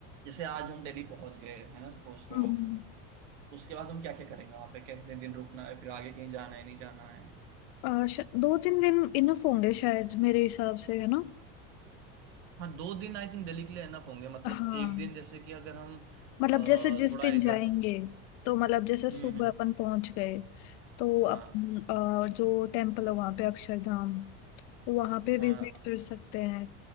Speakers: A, on the right (about 75°); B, on the left (about 60°).
A: जैसे आज हम दिल्ली पहुंच गए है ना सपोज
B: हम्म
A: करो उसके बाद हम क्या क्या करेंगे वहां पे कितने दिन रुकना है फिर आगे कहीं जाना है नहीं जाना है
B: आ, श- दो तीन दिन इनफ होंगे शायद मेरे हिसाब से है ना
A: हाँ दो दिन आई थिंक दिल्ली के लिए एनफ होंगे मतलब
B: हाँ
A: एक दिन जैसे कि अगर हम
B: मतलब
A: अ,
B: जैसे जिस
A: थोड़ा
B: दिन
A: इधर
B: जाएंगे तो मतलब जैसे सुबह
A: हम्म हम्म
B: अपन पहुंच गए तो
A: हाँ
B: अपन आ, जो टेम्पल है वहां पे अक्षरधाम वहां पे
A: हाँ
B: विजिट कर सकते हैं